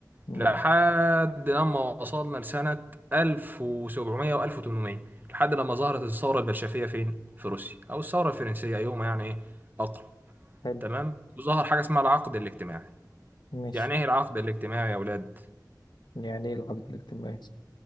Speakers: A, on the left; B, on the right.
A: امم
B: لحد لما وصلنا لسنه 1700 و1800 لحد لما ظهرت الثوره البلشفيه فين في روسيا او الثوره الفرنسيه ايهما يعني ايه اقرب
A: حلو
B: تمام وظهر حاجه اسمها العقد الاجتماعي
A: مش
B: يعني ايه العقد الاجتماعي يا اولاد
A: يعني ايه العبد الاجتماعي